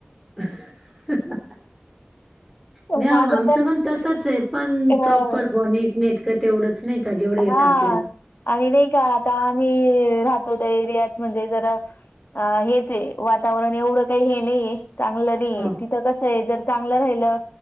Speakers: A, in the centre; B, on the left.
A: <unintelligible> नाही
B: माझं
A: ओ आमचं पण तसंच आहे पण
B: तर
A: प्रॉपर बॉनी नेटकं तेवढंच नाही. का जेवढं येतं
B: हा
A: आपल्याला.
B: आणि नाही का आता आम्ही राहतो त्या एरियात म्हणजे जरा अ हेच आहे वातावरण एवढं काही हे नाहीये. चांगलं नाहीये
A: हा
B: तिथं कसं आहे जर चांगलं राहिलं